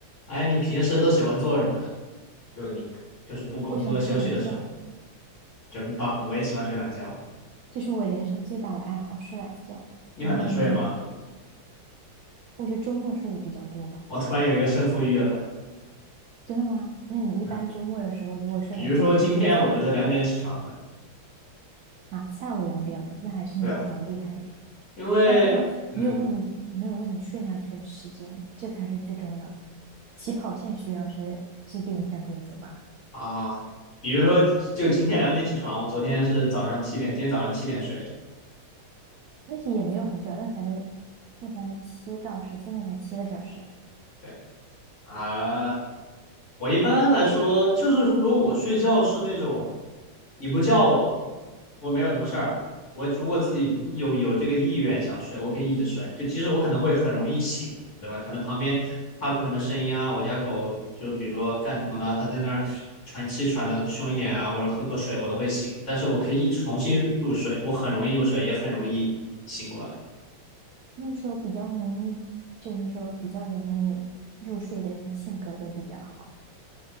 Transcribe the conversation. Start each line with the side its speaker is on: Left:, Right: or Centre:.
Left: 哎，你平时都喜欢做什么呀？就你就是不工作休息的时候，
Right: 我喜欢睡懒觉，
Left: 真棒！我也喜欢睡懒觉。
Right: 这是我人生最大的爱好，睡懒觉。
Left: 你很能睡吗？
Right: 然后呢，我觉得周末睡的比较多吧。
Left: 我突然有一个胜负欲了。
Right: 真的吗？那你一般周末的时候，
Left: 嗯，
Right: 如果睡懒觉，
Left: 比如说今天我就是两点起床的。
Right: 你可以从几点睡到几点啊？下午两点吧，那还是你比较厉害一点。
Left: 对啊，因为嗯
Right: 但不过没有问你，没有问你睡下去的时间，这才是最重要的。起跑线需要是制定一下规则吧。
Left: 啊，比如说就今天两点起床，我昨天是早上七点，今天早上七点睡的。
Right: 那些也没有很久啊，那才那才七到十四，那才七个小时啊
Left: 对啊，我一般来说就是如果我睡觉是那种。你不叫我，我没有什么事儿。我如果自己有有这个意愿想睡，我可以一直睡，就即使我可能会很容易醒，对吧？可能旁边发出什么声音啊，我家狗就是比如说干什么了，它在那儿喘气喘的凶一点啊，或者喝个水，我都会醒。但是我可以一重新入睡，我很容易入睡，也很容易醒过来。
Right: 不是说比较容易，就是说比较容易入睡的人性格都比较好。